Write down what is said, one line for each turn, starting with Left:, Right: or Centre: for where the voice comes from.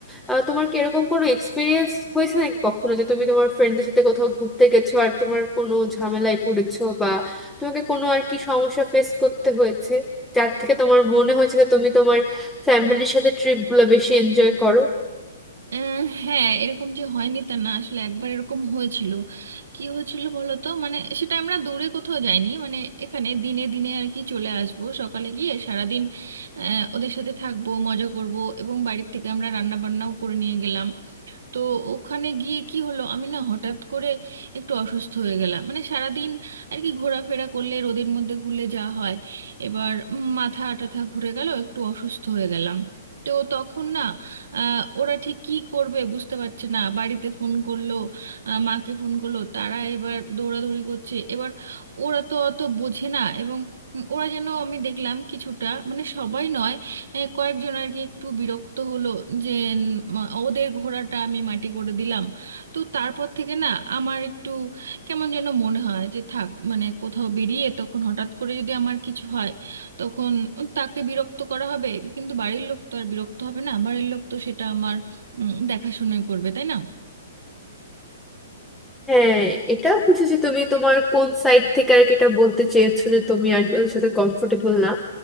Centre: আহ, তোমার কি এরকম কোনো এক্সপিরিয়েন্স হয়েছে নাকি কখনো যে তুমি তোমার ফ্রেন্ডদের সাথে কোথাও ঘুরতে গেছো আর তোমার কোনো ঝামেলায় পড়েছো বা তোমাকে কোনো আর কি সমস্যা ফেস করতে হয়েছে যার থেকে তোমার মনে হয়েছে যে তুমি তোমার ফ্যামিলির সাথে ট্রিপগুলো বেশি এনজয় করো
Right: আহ, হ্যাঁ এরকম যে হয়নি তা না আসলে একবার এরকম হয়েছিল কি হয়েছিল বলো তো মানে সেটা আমরা দূরে কোথাও যাইনি মানে এখানে দিনে দিনে আর কি চলে আসবো সকালে গিয়ে সারাদিন আহ, ওদের সাথে থাকবো মজা করব এবং বাড়ির থেকে আমরা রান্না বান্নাও করে নিয়ে গেলাম তো ওখানে গিয়ে কি হলো আমি না হঠাৎ করে একটু অসুস্থ হয়ে গেলাম মানে সারাদিন আর কি ঘোরাফেরা করলে রোদের মধ্যে ঘুরলে যা হয় এবার মাথা টাথা ঘুরে গেল একটু অসুস্থ হয়ে গেলাম তো তখন না আহ, ওরা ঠিক কি করবে বুঝতে পারছে না বাড়িতে ফোন করলো আহ, মাকে ফোন করলো তারা এবার দৌড়াদৌড়ি করছে এবার ওরা তো অত বোঝে না এবং উম, ওরা যেন আমি দেখলাম কিছুটা মানে সবাই নয় এ, কয়েকজন আর কি একটু বিরক্ত হলো যে উম, ওদের ঘোড়াটা আমি মাটি করে দিলাম তো তারপর থেকে না আমার একটু কেমন যেন মনে হয় যে থাক মানে কোথাও বেরিয়ে তখন হঠাৎ করে যদি আমার কিছু হয় তখন তাকে বিরক্ত করা হবে কিন্তু বাড়ির লোক তো আর বিরক্ত হবে না বাড়ির লোক তো সেটা আমার উম, দেখাশুনোই করবে তাই না
Centre: হ্যাঁ এটা বুঝেছি তুমি তোমার কোন সাইড থেকে আর কি এটা বলতে চেয়েছো যে তুমি আর কি ওদের সাথে কমফোর্টেবল না